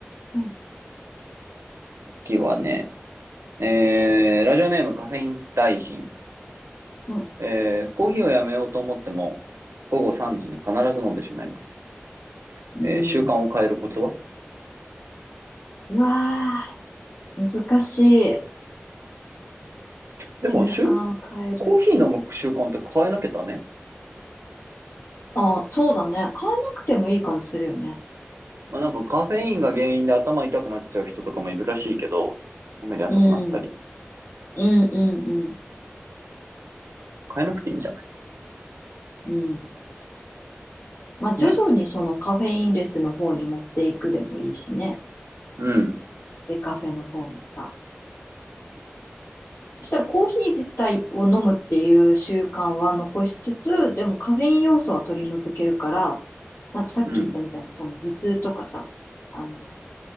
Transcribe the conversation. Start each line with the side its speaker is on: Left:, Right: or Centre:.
Left: うん。
Right: 次はね、えー、ラジオネームカフェイン大臣。
Left: うん。
Right: えー、コーヒーをやめようと思っても、午後3時に必ず飲んでしまいます。
Left: うん。
Right: えー、習慣を変えるコツは
Left: うわー、難しい。習慣を変える。
Right: でも、しゅ、コーヒー飲む習慣って変えなきゃダメ
Left: あ、そうだね。変えなくてもいい感じするよね。
Right: まあなんかカフェインが原因で頭痛くなっちゃう人とかもいるらしいけど、眠り浅くなったり。
Left: うん。うんうん
Right: 変えなくていいんじゃない
Left: うん。うん。まあ、徐々にそのカフェインレスの方に持っていくでもいいしね。
Right: ね。うん。
Left: で、カフェの方にさ。そしたらコーヒー自体を飲むっていう習慣は残しつつ、でもカフェイン要素は取り除けるから、なんかさっき言ったみたいな、
Right: うん。
Left: その頭痛とかさ、あの、